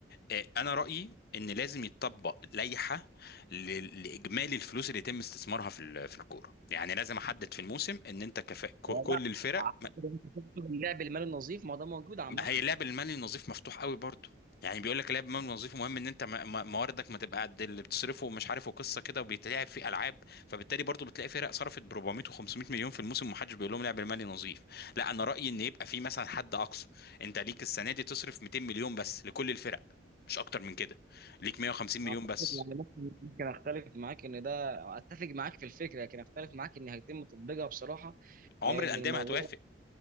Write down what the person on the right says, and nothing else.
هو
ده
اعتقد انت تقصد اللعب المالي النظيف ما هو ده موجود عامة
اعتقد
يعني ممكن ممكن اختلف معاك ان ده اتفق معاك في الفكرة لكن اختلف معاك ان هيتم تطبيقها بصراحة
لان
الموضوع